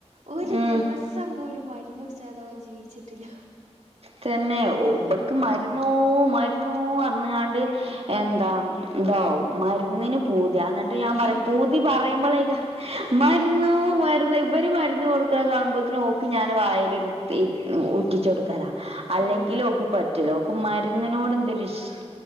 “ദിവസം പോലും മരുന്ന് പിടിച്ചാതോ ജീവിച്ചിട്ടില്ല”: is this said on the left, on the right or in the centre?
Right